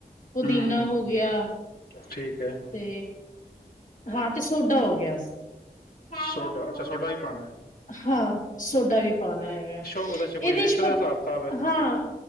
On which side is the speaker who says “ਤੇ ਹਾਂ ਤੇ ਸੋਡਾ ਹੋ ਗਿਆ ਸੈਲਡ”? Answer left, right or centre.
Left